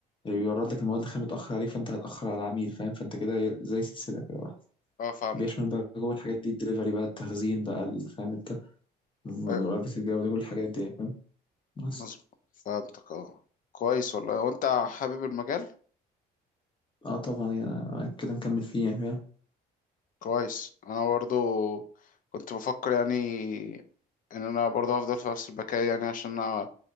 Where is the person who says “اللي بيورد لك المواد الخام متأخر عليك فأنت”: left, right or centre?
Left